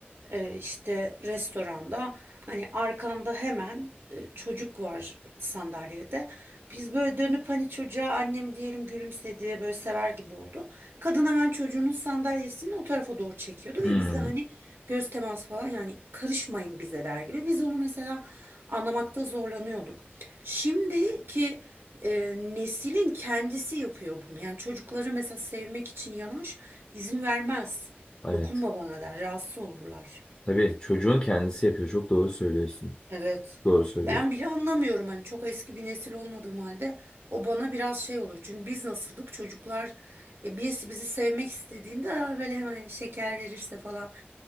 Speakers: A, on the right; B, on the left.
A: e, işte restoranda hani arkanda hemen e, çocuk var sandalyede. Biz böyle dönüp hani çocuğa annem diyelim gülümsedi böyle sever gibi oldu. Kadın hemen çocuğunun sandalyesini o tarafa doğru çekiyordu
B: Hmm,
A: ve bizle hani göz teması falan yani karışmayın bize der gibi. Biz onu mesela anlamakta zorlanıyorduk. Şimdiki e, neslin kendisi yapıyor bunu. Yani çocukları mesela sevmek için yanaş izin vermez.
B: evet.
A: Dokunma bana der. Rahatsız olurlar.
B: Tabii çocuğun kendisi yapıyor. Çok doğru söylüyorsun.
A: Evet.
B: Doğru söylüyorsun.
A: Ben bile anlamıyorum hani çok eski bir nesil olmadığım halde o bana biraz şey oluyor. Çünkü biz nasıldık çocuklar e, birisi bizi sevmek istediğinde "Aa, böyle hemen şeker verirse falan